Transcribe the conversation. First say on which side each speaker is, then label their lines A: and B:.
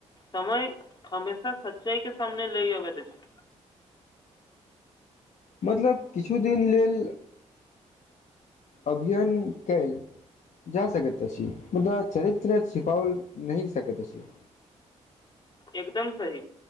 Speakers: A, on the left; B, on the left.
A: समय हमेशा सच्चाई के सामने लय अबैत अछि
B: मतलब किछु दिन लेल अभियन कैल जा सकैत अछि मुदा चरित्र छिपओल नहि सकैत अछि
A: एकदम सही